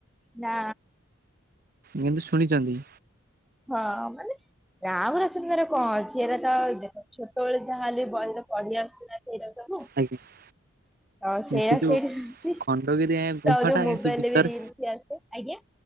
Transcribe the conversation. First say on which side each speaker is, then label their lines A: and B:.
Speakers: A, in the centre; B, on the right (about 45°).
A: ନା।
B: କିନ୍ତୁ ଶୁଣିଛନ୍ତି
A: ହଁ ମାନେ ନାଁ ଗୁଡା ଶୁଣିବାରେ କଣ ଅଛି ଏରା ତ ଇ ଛୋଟବେଳେ ଯାହା ହେଲେ ବି ବହିରେ ପଢି ଆସୁଚୁ ନା ସେଇରା ସବୁ।
B: ଆଜ୍ଞା
A: ଅ ସେଇଆ
B: ସେ ଯୋଉ
A: ସେଇଠି ଅଛି
B: ଖଣ୍ଡଗିରି ଆଜ୍ଞା ଗୁମ୍ଫାଟା
A: ତ ଯୋଉ
B: ଆଜ୍ଞା
A: ମୋବାଇଲରେ
B: ସେ ଭିତରେ
A: ଏବେ ରିଲ୍ ବି ଆସେ ଆଜ୍ଞା।